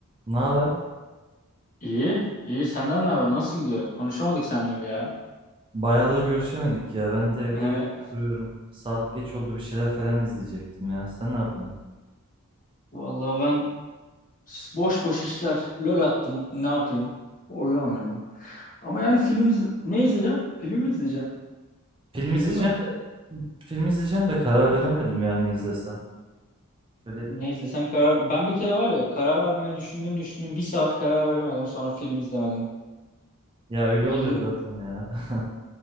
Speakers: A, on the right; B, on the left.
A: Ne haber?
B: İyi, iyi. Senden ne haber? Nasıl gidiyor? Konuşamadık seninle bir ya.
A: Bayağıdır görüşemedik ya. Ben de evde
B: Ee,
A: öyle duruyorum. Saat geç oldu bir şeyler falan izleyecektim ya. Sen ne yapıyorsun?
B: vallahi ben s- boş boş işler. LOL attım. Ne yapayım? Oyun oynadım. Ama yani film iz- ne izleyeceğim? Film mi izleyeceğim?
A: Film
B: Dizi
A: izleyeceğim
B: mi?
A: de film izleyeceğim de karar veremedim ya ne izlesem. Şöyle
B: Ne izlesen karar... Ben bir kere var ya karar vermeyi düşündüm düşündüm. Bir saat karar veremedim. Sonra film izlemedim.
A: ya öyle
B: Girdim
A: oluyor zaten ya. <laughs>